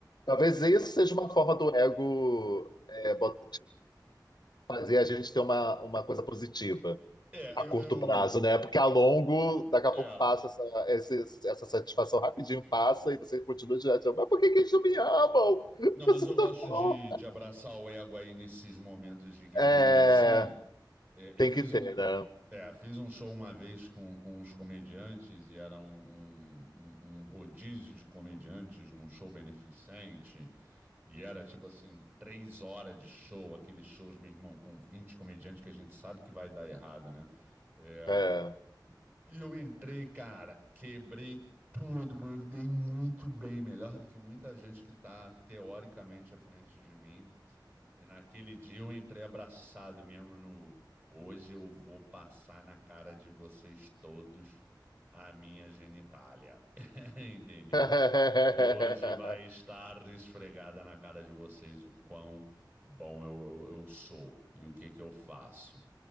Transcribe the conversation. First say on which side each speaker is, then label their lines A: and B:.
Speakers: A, on the left; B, on the right.
A: Talvez isso seja uma forma do ego é, bot- fazer a gente ter uma, uma coisa positiva
B: É,
A: a
B: eu,
A: curto
B: eu...
A: prazo, né? Porque a longo, daqui a
B: É.
A: pouco passa essa, esse- essa satisfação rapidinho, passa e você continua direto. Mas por que que eles não me amam?
B: Não, mas
A: Eu sou
B: eu
A: tão
B: gosto
A: bom.
B: de, de abraçar o ego aí nesses momentos de guerrilha,
A: É,
B: assim. É, eu
A: tem
B: fiz
A: que ter,
B: um,
A: né?
B: é, fiz um show uma vez com, com uns comediantes e era um, um, um um rodízio de comediantes num show beneficente. E era tipo assim, três horas de show, aqueles shows, meu irmão, com 20 comediantes que a gente sabe que vai dar errado, né? É,
A: É.
B: E eu entrei, cara, quebrei tudo, mandei muito bem, melhor do que muita gente que tá teoricamente à frente de mim. E naquele dia eu entrei abraçado mesmo no. Hoje eu vou passar na cara de vocês todos a minha genitália. <laughs> Entendeu?
A: <laughs>
B: Hoje vai estar esfregada na cara de vocês o quão bom eu, eu, eu sou e o que que eu faço.